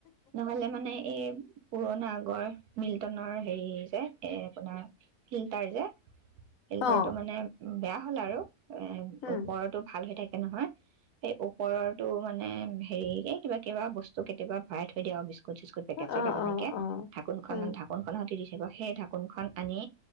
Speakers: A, on the right; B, on the left.
A: নহলে মানে এই পুৰণা আগৰ মিল্টনৰ হেৰি যে এ আপোনাৰ ফিল্টাৰ যে ফিল্টাৰটো
B: অ',
A: মানে বেয়া। হল আৰু এ
B: উম।
A: ওপৰতো ভাল হৈ থাক নহয় সেই ওপৰৰটো মানে হেৰিকে কিবা কিবা বস্তু কেতিয়াবা ভৰাই থৈ দিয়া বিস্কুট পেকেট
B: অ',
A: চেকেট এনেকে
B: অ', অ',
A: ঢাকোনখনত
B: উম,
A: ঢাকোনখনত <unintelligible> কিব সেই ঢাকোনখন আনি